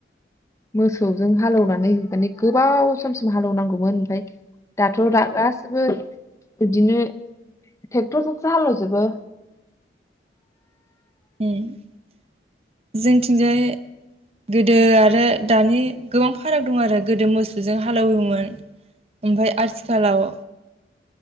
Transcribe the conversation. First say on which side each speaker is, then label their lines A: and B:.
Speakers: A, on the left; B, on the right.
A: मोसौजों हालेवनानै माने गोबाव समसिम हालेवनांगौमोन ओमफ्राय दाथ दा गासैबो बिदिनो ट्रेक्टरजोंसो हालेवजोबो
B: उम जोंथिंजाय गोदो आरो दानि गोबां फाराग दं आरो गोदो मोसौजों हालौवोमोन ओमफ्राय आथिखालाव